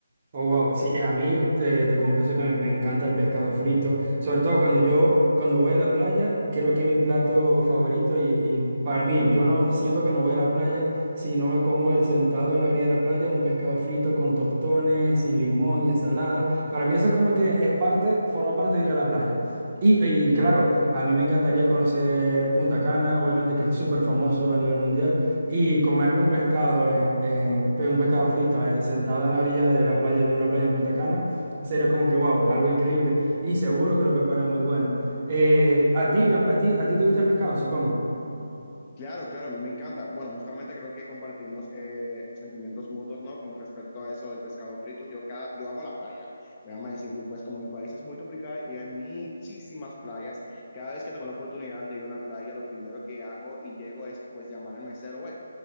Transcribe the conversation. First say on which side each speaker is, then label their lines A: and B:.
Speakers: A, on the right; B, on the left.
A: Oh, wow. Sí, eh, a mí te, te confieso que me, me encanta el pescado frito, sobre todo cuando yo, cuando voy a la playa, creo que es mi plato favorito y, y para mí, yo no siento que no voy a la playa si no me como sentado en la orilla de la playa un pescado frito con tostones y limón y ensalada. Para mí eso como que es parte, forma parte de ir a la playa. Y, y y claro, a mí me encantaría conocer Punta Cana, obviamente que es súper famoso a nivel mundial. Y comerme un pescado en, en- pues, un pescado frito eh, sentado en la orilla de la playa, de una playa en Punta Cana, sería como que wow, algo increíble. Y seguro que lo preparé muy bueno. Eh, a ti, a ti, a ti te gusta el pescado, supongo.
B: Claro, claro, a mí me encanta. Bueno, justamente creo que compartimos eh, sentimientos mutuos, ¿no? Con respecto a eso del pescado frito. Yo, cada, yo amo la playa. Déjame decirte, y pues como mi país es muy tropical y hay muchísimas playas, cada vez que tengo la oportunidad de ir a una playa, lo primero que hago y llego es pues llamar al mesero, güey,